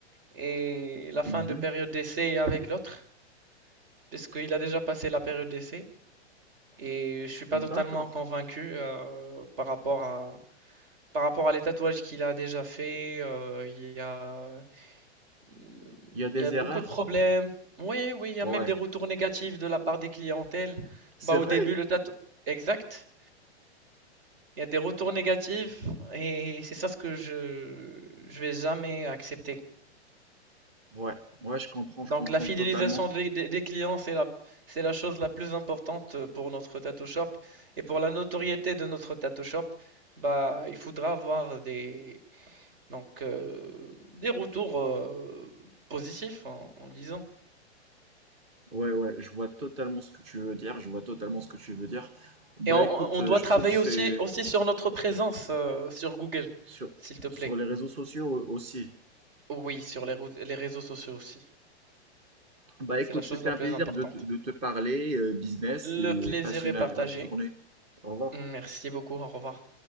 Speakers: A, on the right (about 55°); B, on the right (about 15°).
A: et la fin
B: Mhm.
A: de période d'essai avec l'autre, parce qu'il a déjà passé la période d'essai. Et je suis pas totalement
B: D'accord.
A: convaincu euh, par rapport à par rapport à les tatouages qu'il a déjà fait. euh, il y a Hum,
B: Il y a des
A: Il y a
B: erreurs.
A: beaucoup de problèmes. Oui, oui, il y
B: Ouais.
A: a même des retours négatifs de la part des clientèles.
B: C'est
A: Bah, au
B: vrai?
A: début, le tatou... Exact. Il y a des retours négatifs et c'est ça ce que je je vais jamais accepter.
B: Ouais. Ouais, je comprends,
A: Donc
B: je comprends
A: la fidélisation
B: totalement.
A: des, des- des clients, c'est la, c'est la chose la plus importante pour notre tattoo shop. Et pour la notoriété de notre tattoo shop, bah, il faudra avoir des, donc, euh, des retours euh, positifs en en disant.
B: Ouais, ouais, je vois totalement ce que tu veux dire, je vois totalement ce que tu veux dire. Bah
A: Et on,
B: écoute,
A: on- on
B: euh,
A: doit
B: je
A: travailler
B: trouve c'est
A: aussi, aussi sur notre présence euh, sur Google,
B: sur
A: s'il te
B: sur
A: plaît.
B: les réseaux sociaux aussi.
A: Oui, sur les, rou- les réseaux sociaux aussi.
B: Bah
A: C'est
B: écoute,
A: la chose
B: c'était
A: la
B: un
A: plus
B: plaisir
A: importante.
B: de te, de te parler euh, business
A: Le
B: et
A: plaisir
B: passionné,
A: est partagé.
B: agréable journée. Au revoir.
A: Merci beaucoup, au revoir.